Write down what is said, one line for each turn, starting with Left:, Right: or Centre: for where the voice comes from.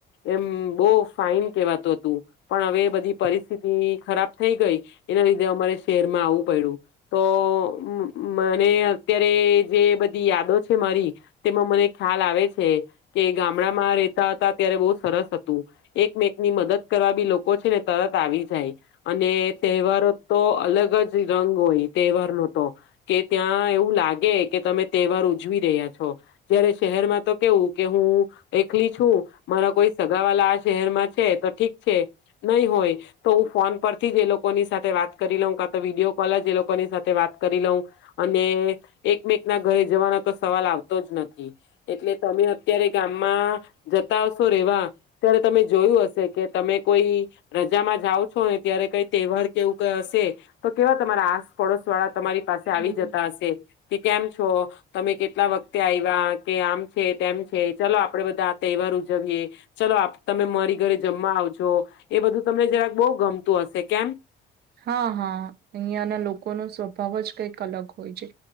Left: એમ બહુ ફાઈન કેવાતું હતું. પણ હવે બધી પરિસ્થિતિ ખરાબ થઈ ગઈ, એના લીધે અમારે શહેરમાં આવવું પડ્યું. તો મ મને અત્યારે જે બધી યાદો છે મારી તેમાં મને ખ્યાલ આવે છે કે ગામડામાં રહેતા હતા ત્યારે બહુ સરસ હતું. એકમેક ની મદદ કરવા બી લોક કો છે ને તરત આવી જાય અને તહેવારો તો અલગ જ રંગ હોય તહેવાર નો તો કે ત્યાં એવું લાગે કે તમે તહેવાર ઉજવી રહ્યા છો, જયારે શહેરમાં તો કેવું કે હું એકલી છું, મારા કોઈ સગાવાલા આ શહેરમાં છે તો ઠીક છે. નહીં હોય તો હું ફોન પરથી જ એ લોકોની સાથે વાત કરી લઉં કા તો વિડીયો કોલ જ એ લોકોની સાથે વાત કરી લઉં અને એકમેક ના ઘરે જવાનો તો સવાલ આવતો જ નથી. એટલે તમે અત્યારે ગામમાં જતા હશો રેવા ત્યારે તમે જોયું હશે. કે તમે કોઈ રજામાં જાવ છો ને ત્યારે કઈ તહેવાર કે એવું ક હશે તો કેવા તમારા આસ પડોશ વાળા તમારી પાસે આવી
Right: હમ
Left: જતા હશે. કે કેમ છો? તમે કેટલા વખતે આયવા. કે આમ છે તેમ છે ચલો આપડે બધા આ તહેવાર ઉજવીએ ચલો આપ તમે મારી ઘરે જમવા આવજો. એ બધું તમને જરાક બહુ ગમતું હશે કેમ.
Right: હા હા અહિયાંયાના લોકોનો સ્વભાવ જ કંઈક અલગ હોય છે